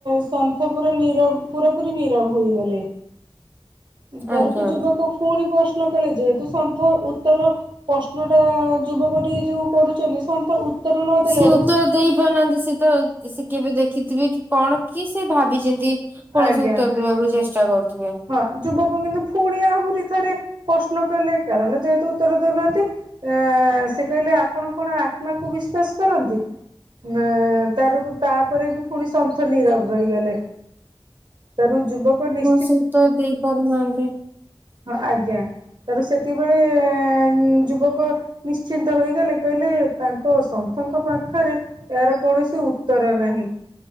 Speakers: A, on the right; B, on the right.
A: ସନ୍ଥ ପୁରା ନିରବ ପୁରା ପୁରୀ ନିରବ ହେଗଲେ ତାରକୁ
B: ଆଜ୍ଞା
A: ଯୁବକ ପୁଣି ପ୍ରଶ୍ନ କଲେ ଯେହେତୁ ସନ୍ଥ ଉତ୍ତର ପ୍ରଶ୍ନ ଟା ଯୁବକ ଟି ଯୋଉ କରୁଛନ୍ତି ସନ୍ତ ଉତ୍ତର ନ ଦେଲାଡୁ
B: ସିଏ ଉତ୍ତର ଦେଇ ପାରୁନାହାନ୍ତି ସେ ତ ସେ କେବେ ଦେଖିଥିବେ କି କଣ କି ସେ ଭାବିଛନ୍ତି। କୌଣସି
A: ଆଜ୍ଞା।
B: ଉତ୍ତର ଦେବାକୁ ଚେଷ୍ଟା କରୁଥିବେ।
A: ହଁ ଯୁବକ କିନ୍ତୁ ପୁଣି ଆହୁରି ଥରେ ପ୍ରଶ୍ନ କଲେ କାରଣ ଯେହେତୁ ଉତ୍ତର ଦଉନାହାନ୍ତି। ଆ ସେ କହିଲେ ଆପଣ କଣ ଆତ୍ମାକୁ ବିଶ୍ଵାସ କରନ୍ତି? ନା ତାର ତାପରେ ବି ପୁଣି ସନ୍ଥ ନିରବ ରହିଗଲେ। ତାରୁ ଯୁବଗ ନି
B: ସନ୍ତ ଦେଇପାରୁନାହାନ୍ତି।
A: ହଁ ଆଜ୍ଞା ତାର ସେତିବେଳେ ଏ ଯୁବକ ନିଶ୍ଚିନ୍ତ ହେଗଲେ କହିଲେ ତାଙ୍କ ସନ୍ଥଙ୍କ ପାଖରେ ଏହାର କୌଣସି ଉତ୍ତର ନାହିଁ।